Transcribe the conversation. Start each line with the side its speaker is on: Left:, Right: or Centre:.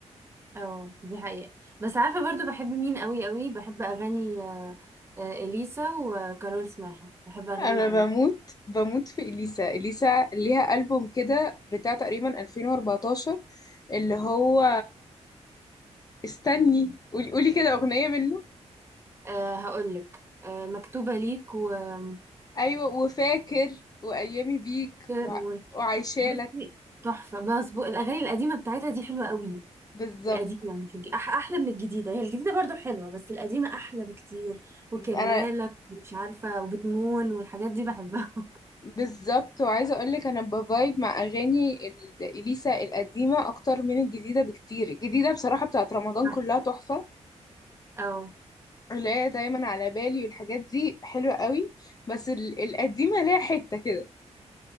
Right: اه دي حقيقة بس عارفة برضو بحب مين قوي قوي بحب أغاني آه، آه، إليسا وكارول سماحة بحب أغانيهم
Left: انا
Right: قوي
Left: بموت بموت في اليسا اليسا ليها ألبوم كده بتاع تقريبا 2014 اللي هو استني قولي قولي كده أغنية منه
Right: أه هقولك أه مكتوبة ليك وفاكر
Left: ايوه وفاكر وايامي بيك وع-
Right: و...
Left: وعايشالك
Right: بصي تحفة بس بو... الأغاني القديمة بتاعتها دي حلوة قوي
Left: بالظبط
Right: القديمة مش الج... أح أحلى من الجديدة هي الجديدة برضو حلوة بس القديمة أحلى بكتير وكرمالك
Left: انا
Right: مش عارفة وبتمون والحاجات دي بحبها <laughs>
Left: بالظبط وعايزه اقول لك انا بفايب مع اغاني ال- اليسا القديمه اكتر من الجديده بكتير الجديده بصراحه بتاعت رمضان
Right: صح.
Left: كلها تحفه
Right: اه
Left: اللي هي دايما على بالي والحاجات دي حلوه قوي بس ال- القديمه ليها حته كده